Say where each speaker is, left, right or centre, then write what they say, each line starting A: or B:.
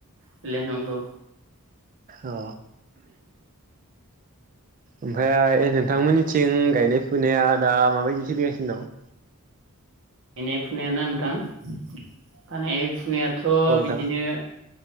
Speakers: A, on the right; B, on the right.
A: बेलाय नंगौ
B: अ ओमफ्राय नोंथांमोननिथिं गायनाय फुनाया दा माबायदि सोलिगासिनो दं।
A: गायनाय फुनायाना नोंथां माने फुनायाथ' बिदिनो
B: दं